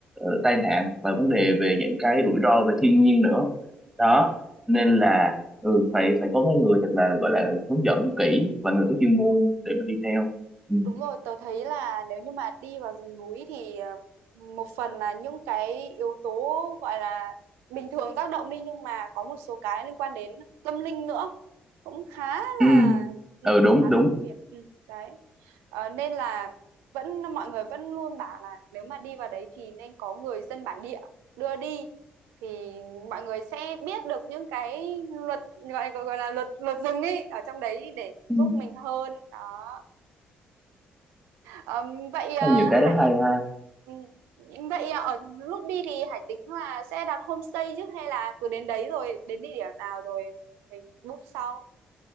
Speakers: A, in the centre; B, on the right.
A: ờ, tai nạn và vấn đề về những cái rủi ro về thiên nhiên nữa
B: ừ,
A: đó nên
B: ừ,
A: là ừ, phải phải có cái người thật là gọi là hướng dẫn kỹ và người có chuyên
B: đúng
A: môn
B: rồi.
A: để mà đi theo ừ.
B: Đúng rồi, tớ thấy là nếu như mà đi vào rừng núi thì ờ, một phần là những cái yếu tố gọi là bình thường tác động đi nhưng mà có một số cái liên quan đến tâm linh nữa cũng khá
A: Ừ.
B: là ừ,
A: ừ đúng
B: khá
A: đúng
B: là nguy hiểm ừ, đấy Ờ, nên là vẫn mọi người vẫn luôn bảo là nếu mà đi vào đấy thì nên có người dân bản địa đưa đi thì mọi người sẽ biết được những cái luật gọi gọi gọi là luật luật rừng ấy ở trong đấy để
A: Ừ.
B: giúp mình hơn Đó. Ờ, vậy ờ,
A: Có nhiều cái
B: Hải
A: đó hay ha
B: ừ, vậy ờ, ở lúc đi thì Hải tính là sẽ đặt homestay chứ hay là cứ đến đấy rồi đến địa điểm nào rồi mình book sau